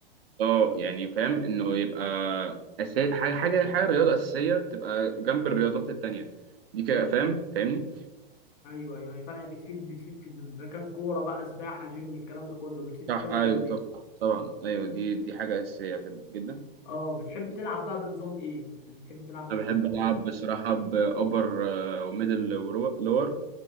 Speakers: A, on the right; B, on the left.
A: اه يعني فاهم انه يبقى أساسي حاجه حاجه حاجه رياضه اساسيه بتبقى جنب الرياضات التانيه دي كده فاهم فاهمني
B: ايوه ايوه هي فعلا بتفيد بتفيد في اذا كان كورة بقى سباحة جيم الكلام ده كله بتفيد
A: صح
B: في كل الحاجات
A: ايوه
B: دي.
A: طب طبعا ايوه دي دي حاجه اساسيه كده جدا
B: اه بتحب تلعب بقى بنظام ايه؟ يعني بتحب تلعب ايه
A: انا
B: لما
A: بحب
B: بتروح؟
A: العب بصراحه بابر وميدل ولور